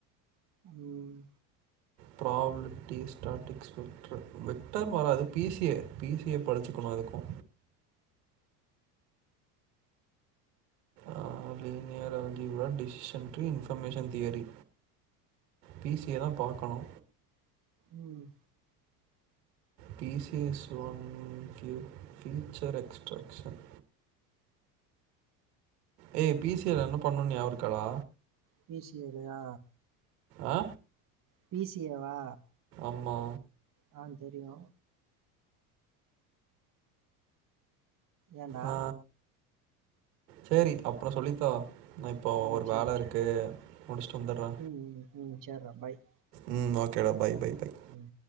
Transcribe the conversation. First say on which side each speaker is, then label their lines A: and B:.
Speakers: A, on the right (about 45°); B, on the right (about 80°).
A: ம்
B: ப்ராபிளிட்டி ஸ்ட்ராட்டிக்ஸ் விக்டர் வராது B C A B C A படிச்சுக்கணு அதுக்கு ஆ linear algebra டிஷிஸன்ட்ரி information theory B C A தா பாக்கணு
A: ம்
B: பி சி எஸ் ஒன் ஃபியூ future extraction A B C L என்ன பண்ணு நியாவ இருக்காடா
A: பி சி எல் லையா
B: ஆ
A: பி சி ஏ வா
B: அம்மா
A: ஆ தெரியு ஏண்டா
B: ஆ சேரி அப்றோ சொல்லித்தா நா இப்போ
A: ம்
B: ஒரு
A: சேர்றா
B: வேல இருக்கு முடிச்சுட்டு வந்துட்றே
A: ம் ம் சேர்றா பாய்
B: ம் ஓகேடா பாய் பாய் பாய்
A: ம்.